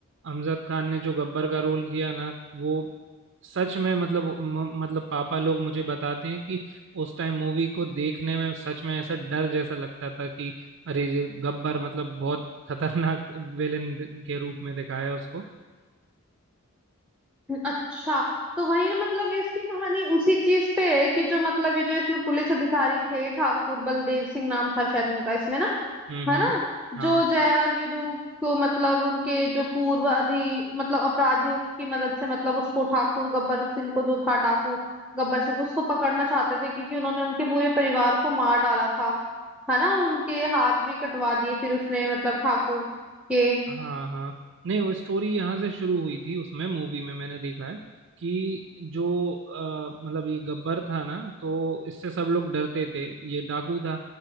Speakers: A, on the right (about 55°); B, in the centre.
A: अमजद खान ने जो गब्बर का रोल किया ना वो सच में मतलब म, मतलब पापा लोग मुझे बताते हैं कि उस टाइम मूवी को देखने में सच में ऐसा डर जैसा लगता था कि अरे ये गब्बर मतलब बहुत खतरनाक विलेन के रूप में दिखाया उसको
B: अच्छा तो वही ना मतलब इसकी कहानी उसी चीज पे है कि जो मतलब ये जो इसमें पुलिस अधिकारी थे ठाकुर बलदेव सिंह नाम था शायद उनका इसमें ना
A: हम्म
B: है
A: हम्म
B: ना
A: हाँ
B: जो जय और वीरू को मतलब उनके जो पूर्व अधि मतलब अपराधियों की मदद से मतलब उसको ठाकुर गब्बर सिंह को जो था डाकू गब्बर सिंह उसको पकड़ना चाहते थे क्योंकि उन्होंने उनके पूरे परिवार को मार डाला था है ना उनके हाथ भी कटवा दिए फिर उसने मतलब ठाकुर के
A: हाँ हाँ नहीं वो स्टोरी यहाँ से शुरू हुई थी उसमें मूवी में मैंने देखा है कि जो अ, मतलब ये गब्बर था ना तो इससे सब लोग डरते थे ये डाकू था